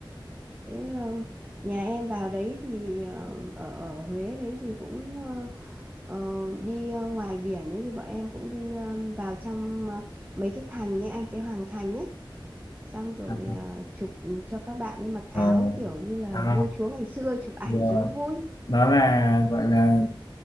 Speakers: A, on the right; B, on the left.
A: thế ờ, nhà em vào đấy thì ờ, ở ở Huế đấy thì cũng ờ, ờ, đi ờ, ngoài biển đấy thì bọn em cũng đi ờ, vào trong ờ, mấy cái thành ấy anh cái Hoàng Thành ấy xong rồi
B: à,
A: ờ, chụp cho các bạn ấy mặc áo
B: rồi
A: kiểu như là
B: à,
A: vua chúa ngày xưa chụp ảnh
B: rồi.
A: cho nó vui
B: đó là gọi là